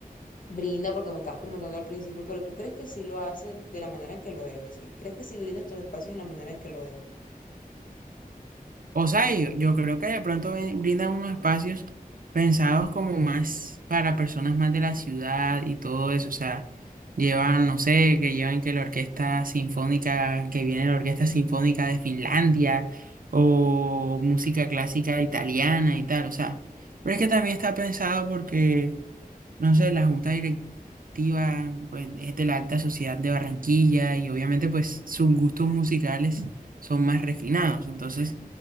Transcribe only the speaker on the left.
brinda, porque me estabas comentando al principio, pero tú crees que sí lo hace de la manera en que lo debe, ¿Sí? crees que sí brinda estos espacios en la manera en que lo debe.